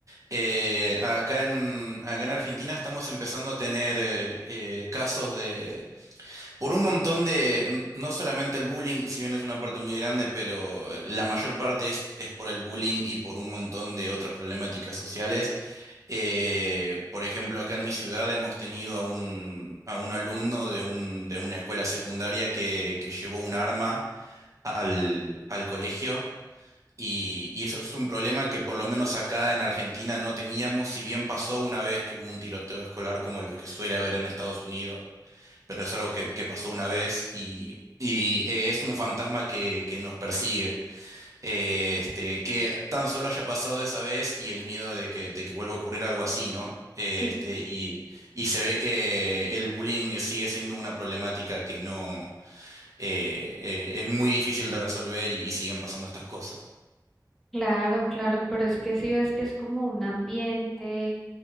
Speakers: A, on the right (about 45°); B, in the centre.
A: Eh, acá en, acá en Argentina estamos empezando a tener eh, eh, casos de, por un montón de, n- no solamente el bullying, si bien es una parte muy grande, pero eh, la mayor parte es, es por el bullying y por un montón de otras problemáticas sociales. Eh, por ejemplo, acá en mi ciudad hemos tenido a un, a un alumno de un, de una escuela secundaria que, que llevó un arma al, al colegio. Y, y eso es un problema que por lo menos acá en Argentina no teníamos, si bien pasó una vez que hubo un tiroteo escolar como los que suele haber en Estados Unidos, pero es algo que, que pasó una vez y, y, eh, es un fantasma que, que nos persigue. Eh, este, que tan solo haya pasado esa vez y el miedo de que, de que vuelva a ocurrir algo así, ¿no? Eh,
B: Cl-
A: este, y, y se ve que el bullying eh, sigue siendo una problemática que no eh, eh, es muy difícil de resolver y y siguen pasando estas cosas.
B: Claro, claro, pero es que si ves que es como un ambiente.